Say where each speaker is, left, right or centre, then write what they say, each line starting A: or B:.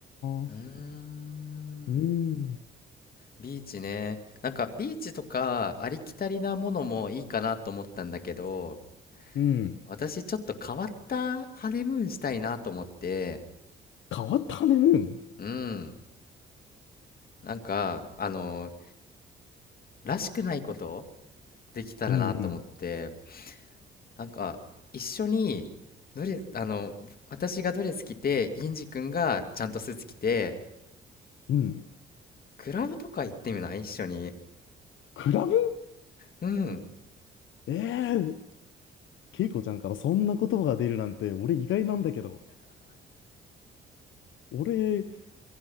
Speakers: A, on the left; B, on the left.
A: な。
B: うーん、
A: うーん、
B: ビーチね。なんかビーチとかありきたりなものもいいかなと思ったんだけど、
A: うん。
B: 私ちょっと変わったハネムーンしたいなと思って、
A: 変わったハネムーン。
B: うん、なんか、あの、らしくないことできたらなと思って、
A: うん、うん、
B: なんか、一緒に、ドレス、あの、私がドレス着て、インジ君がちゃんとスーツ着て、
A: うん。
B: クラブとか行ってみない一緒に。
A: クラブ
B: うん。
A: ええー、ケイコちゃんからそんな言葉が出るなんて、俺意外なんだけど。俺、